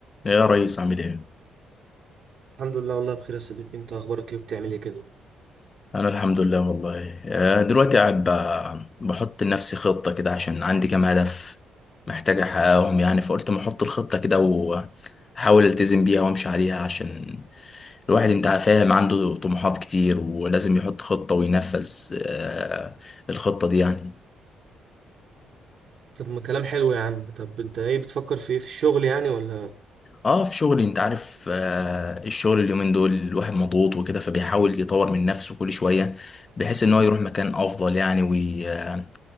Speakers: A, on the left (about 35°); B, on the right (about 65°).
A: يا ريس عامل ايه؟
B: الحمد لله والله بخير يا صديقي انت اخبارك ايه وبتعمل ايه كده
A: انا الحمد لله والله آه، دلوقتي قاعد ب- بحط لنفسي خطة كده عشان عندي كام هدف محتاج احققهم يعني فقلت ما احط الخطة كده واحاول التزم بيها وامشي عليها عشان الواحد انت فاهم عنده طموحات كتير ولازم يحط خطة وينفذ آه، الخطة دي يعني
B: طب ما كلام حلو يا عم طب انت ايه بتفكر في ايه في الشغل يعني ولا
A: اه في شغلي انت عارف آه الشغل اليومين دول الواحد مضغوط وكده فبيحاول يطور من نفسه كل شوية بحيث ان هو يروح مكان افضل يعني وي آه،